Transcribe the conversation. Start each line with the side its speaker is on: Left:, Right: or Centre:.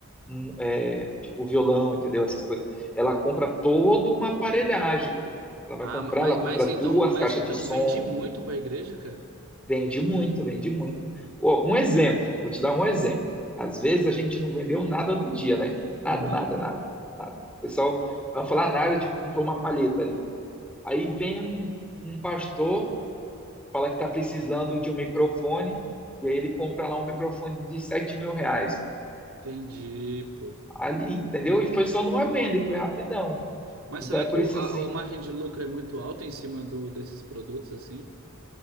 Centre: um, é, tipo violão, entendeu? Essas coisas. Ela compra toda uma aparelhagem, pô. Ela vai
Right: Ah,
Centre: comprar,
Right: ma- mas,
Centre: ela compra
Right: mas
Centre: duas
Right: então, mas
Centre: caixas
Right: então
Centre: de som,
Right: vende muito pra igreja, cara?
Centre: vende muito, vende muito. Ó, um exemplo, vou te dar um exemplo. Às vezes a gente não vendeu nada no dia, né? Nada,
Right: Aham,
Centre: nada, nada, nada. O pessoal não vai falar nada, tipo, comprou uma palheta ali. Aí vem um, um pastor, fala que está precisando de um microfone, e aí ele compra lá um microfone de 7 mil reais.
Right: entendi, pô.
Centre: Ali, entendeu? E foi só numa venda e foi rapidão.
Right: Mas
Centre: Então
Right: será
Centre: é
Right: que
Centre: por
Right: o-
Centre: isso
Right: a,
Centre: assim,
Right: a margem de lucro é muito alta em cima do, desses produtos assim?